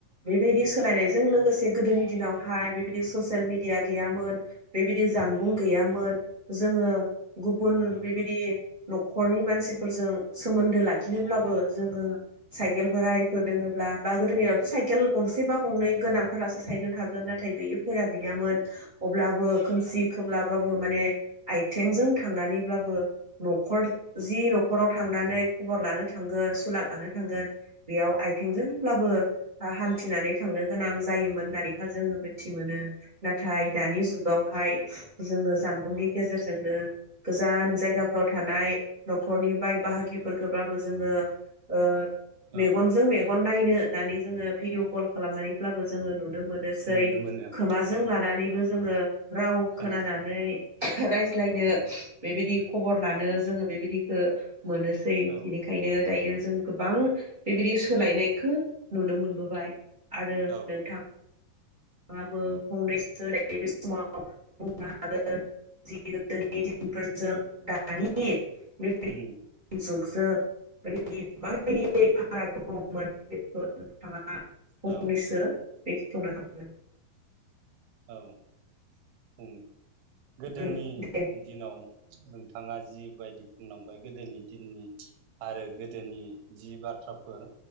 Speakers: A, on the right; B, on the right.
A: बेबायदि सोलायनायजों लोगोसे गोदोनि दिनाव ओमफ्राय बिबायदि ससियेल मिदिया गैयामोन बेबायदि जानबुं गैयामोन जोङो गुबुन बेबायदि न'खरनि मानसिफोरजों सोमोन्दो लाखिनोब्लाबो जोङो साइकेल बोरायफोर दोङब्ला बा गोदोनिआवथ' साइकेल गंसे बा गंनै गोनांफोरासो साइकेल नाथाय गैयिफोरा गैयामोन अब्लाबो खोमसि खोमलाबाबो माने आयथिंजों थांनानैब्लाबो न'खर जि न'खराव थांनानै खबर लानो थांगोन सुलाद लानो थांगोन बेयाव आथिंजोंब्लाबो बा हान्थिनानै थांनो गोनां जायोमोन होननानै हा जोङो मोन थिमोनो नाथाय दानि जु जुगावहाय जोंङो जामबुंनि गेजेरजोंनो गोजान जायगा फोराव थानाय न'खरनि बाय बाहागिफोर
B: औ
A: खोबलाबो जोंङो ओ
B: औ
A: मेगनजों मेगन नायनो होननानै जोंङो भिडिय' कल खालामनानैब्लाबो जोंङो नु नुनो मोनोसै
B: नुनो मोनो
A: खोमाजों
B: औ
A: लानानैबो जोंङो राव
B: खोनासं
A: खोनानानै रायज्लायनो बेबायदि खबर लानो जोंङो बेबायदिखो मोनोसै
B: औ
A: बिनिखायनो दायो जों गोबां बेबायदि सोलायनायखो नुनो मोनबोबाय आरो
B: औ
A: नोंथां नोंथांआबो फंनैसो दायो बे समाव बुंनो हागोन जि गोदोनि दिनफोरजों दानि बे
B: उम
A: जुग जों बाइदि माबायदि फाराग दंंङमोन बेखौ नोंथांङा आं फंनैसो
B: औ
A: बेखे बुंनो हागोन
B: औ उम गोदोनि
A: उम दे
B: दिनाव नोंथांङा जि बायदि बुंलांबाय गोदोनि दिननि आरो गोदोनि जि बाथ्राफोर